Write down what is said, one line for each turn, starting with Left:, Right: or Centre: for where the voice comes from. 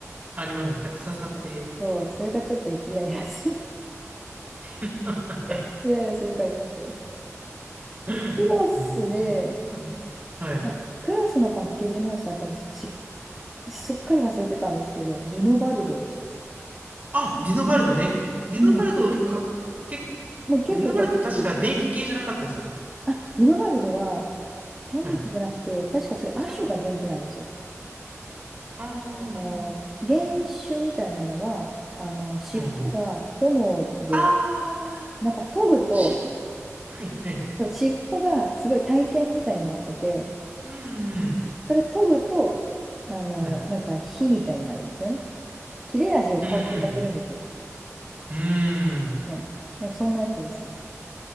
Right: ありますね。なんか刺さって。
Centre: そう、それがちょっとイライラする。
Right: <laughs>
Centre: <laughs> イライラするから嫌で。
Right: <laughs>
Centre: で、クロスで、
Right: めっちゃ言ってんな。はい。
Centre: あクロスのパッケージモンスターって私、しすっかり忘れてたんですけど、ディノバルドでした。
Right: あ、ディノバルドね。ディノバルドか、
Centre: うん。
Right: け、
Centre: もう結構かっこいい。
Right: ディノバルドって確か電気系じゃなかったっすっけ
Centre: あ、ディノバルドは天気じゃなくて、
Right: はい。
Centre: 確かそれ亜種が電気なんですよ。
Right: 違うか。あー、
Centre: あの、原種みたいなのは、あの、尻尾が炎で、
Right: うん。あー、
Centre: なんか研ぐと、
Right: し、はいはい。
Centre: そう尻尾がすごい体剣みたいになってて、
Right: うん。
Centre: それ研ぐと、あの、
Right: はい。
Centre: なんか火みたいになるんですよね。切れ味を回復させるんですよ。
Right: うん。うん。
Centre: のなんかそんなやつでしたね。